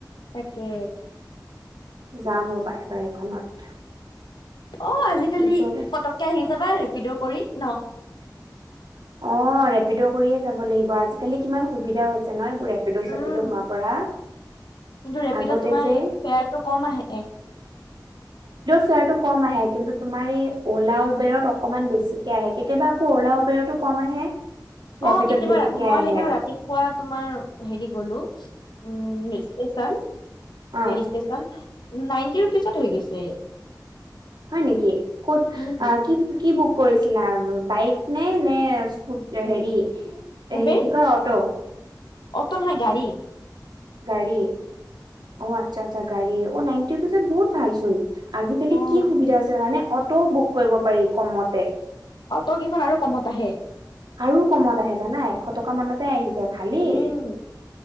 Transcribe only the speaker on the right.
যাম ৰবা এবাৰ এখনত।
ওচৰতে
অ ৰেপিড' কৰিয়ে যাব লাগিব আজিকালি কিমান সুবিধা হৈছে ন। ৰেপিডো চেপিডো
হোৱা পৰা
আগতে
যে।
চাৰ্টৰ কম আহে কিন্তু তুমাৰ এই অলা উবেৰত অকনমান বেছিকে আহে, কেতিয়াব আকৌ অলা উবেৰত ও কম। আহে। ৰেপিডত
বেছিকে
আহে
অ
হয় নেকি ক'ত
কি কি বু। কৰিছিলা বাইক নে, নে স্কুট হেৰি।
এই কি কৈ অটো?
গাড়ী, অ আচ্ছা আচ্ছা গাড়ী। অ নাইনটি ৰুপিজত বহুত ভালচোন আজিকালি
কি সুবিধা আছে জানানে অটও বুক কৰিব পাৰি কমতে।
আৰু কমত আহে জানা, এশ টকা মানতে আহি। যায় ভালেই